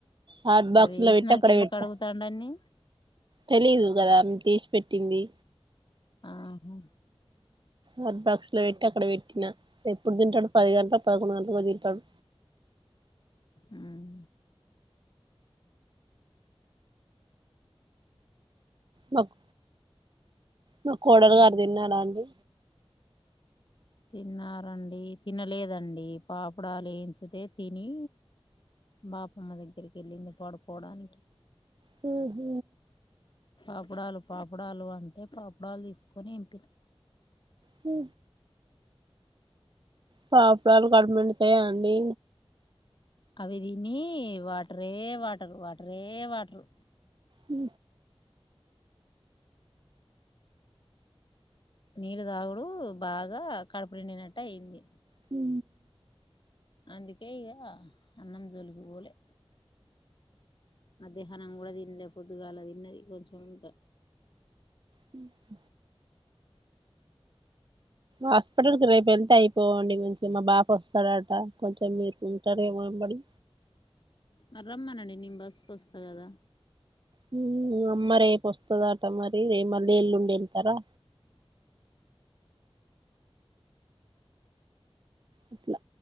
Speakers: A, on the right; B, on the left.
A: హాట్
B: మరి
A: బాక్స్లా
B: వేసినాక
A: వెట్టి అక్కడ
B: ఎందుకు
A: వెట్టు
B: అడుగుతాండన్ని
A: తెలీదు కదా తీసి పెట్టింది
B: ఆహా
A: హాట్ బాక్స్ లో పెట్టి అక్కడ పెట్టిన ఎప్పుడు తింటాడు పది గంటల పదకొండు గంటలకో తింటాడు
B: మ్మ్
A: మప్ నా కోడలు
B: ఉమ్
A: గారు తిన్నారా అండి
B: తిన్నారండి తినలేదండి పాపుడాలు యేయించితే తిని బాపమ్మ దగ్గరికి వెళ్ళింది పడుపోవడానికి
A: హ్మ్
B: పాపుడాలు పాపుడాలు అంటే పాపుడాలు తీసుకొని ఎంపిన
A: హు పాపురాలు కడుపు నిండుతాయా అండి
B: అవి దీనీ వాటరే వాటరు వాటరే వాటరు
A: ఉ
B: నీళ్ళ తాగుడు బాగా కడుపు నిండినట్టు అయింది
A: హు
B: అందుకే ఇగ అన్నం జోలికి పోలే మధ్యాహ్నంగా కూడా తిన్ నినే పొద్దు గాల తిన్నాది కొంచం అంత
A: అ <unintelligible> హాస్పిటల్ క్ రేప్ ఎల్ తే అయిపోవ్ అండ్ కొంచి మా బాప్ వస్తాడట కొంచెం మీరు ఉంటారు ఏమ్ బడి
B: మర్ రమ్మనండి నేన్ బస్ కోస్త గదా
A: హ్మ్ అమ్మ రేపు వస్తదట మరి రేప్ మళ్ళీ ఎల్లుండి ఎల్ తర అట్లా